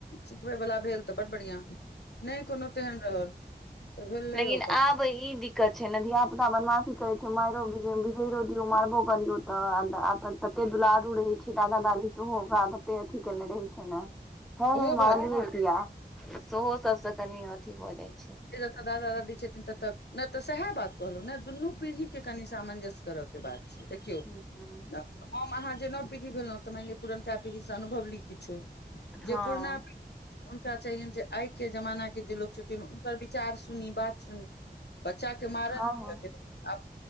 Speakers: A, on the left; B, in the centre.
A: सिखबै वला भेल तऽ बड बढ़िआँ नहि कोनो तेहन रहल तऽ भेलै
B: लेकिन
A: ओ अपन
B: आब ई दिक- -क्क्त छै ने धियापुता बदमाशी करै छै मारि बिगैड़दियौ मारबो करियौ तऽ आब तऽ तते दुलारू रहै छै दादा दादी सेहो ओकरा तते अथी केने रहे छै ने हाँ
A: ओहो
B: हाँ मारलियै
A: भऽ जाइ
B: किया सेहो सभसँ कनि अथी भऽ जाइ छै
A: आ दादा दादी छथिन त न नहि तऽ सएह बात कहलहुँ ने दुनू पीढ़ी के कनी सामंजस्य करऽ के बात छै देखियो
B: हँ हूँ
A: हम अहाँ जे नव पीढ़ी भेलहुँ तऽ मानि लिअ पुरनका पीढ़ीसँ अनुभव ली किछु
B: हँ
A: जे पुरना हुनका चाहियनि जे आइ के जमाना के जे लोक हुनकर विचार सुनी बात सुनी बच्चा के मारय
B: हँ
A: पिटय के नौ आब